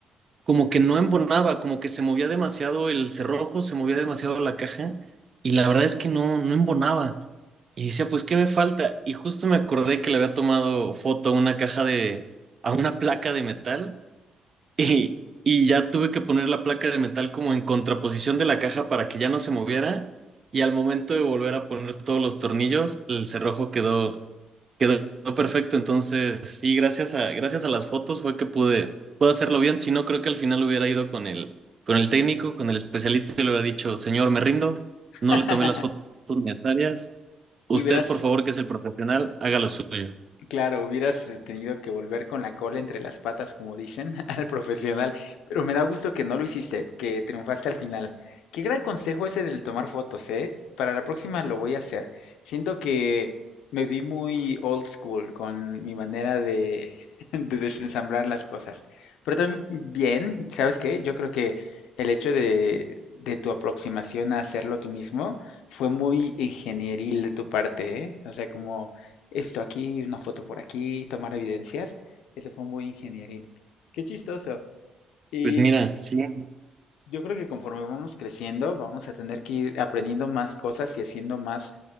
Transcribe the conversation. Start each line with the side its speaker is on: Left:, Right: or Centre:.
Right: como que no embonaba, como que se movía demasiado el cerrojo, se movía demasiado la caja y la verdad es que no, no embonaba. Y decía, pues, ¿qué me falta? Y justo me acordé que le había tomado foto a una caja de, a una placa de metal <laughs> y, y ya tuve que poner la placa de metal como en contraposición de la caja para que ya no se moviera y al momento de volver a poner todos los tornillos, el cerrojo quedó Quedó perfecto, entonces sí, gracias a, gracias a las fotos fue que pude, pude hacerlo bien, si no creo que al final hubiera ido con el, con el técnico, con el especialista y le hubiera dicho, señor, me rindo,
Left: <laughs>
Right: no le tomé las fotos necesarias, usted
Left: Y hubieras
Right: por favor que es el profesional, haga lo suyo.
Left: Claro, hubieras eh, tenido que volver con la cola entre las patas, como dicen, <laughs> al profesional, pero me da gusto que no lo hiciste, que triunfaste al final. Qué gran consejo ese del tomar fotos, ¿eh? Para la próxima lo voy a hacer. Siento que me vi muy old school con mi manera de, <laughs> de desensamblar las cosas. Pero también bien, ¿sabes qué? Yo creo que el hecho de, de tu aproximación a hacerlo tú mismo fue muy ingenieril de tu parte, ¿eh? O sea, como esto aquí, una foto por aquí, tomar evidencias. Eso fue muy ingenieril. Qué chistoso. Y
Right: Pues mira, sí,
Left: yo creo que conforme vamos creciendo, vamos a tener que ir aprendiendo más cosas y haciendo más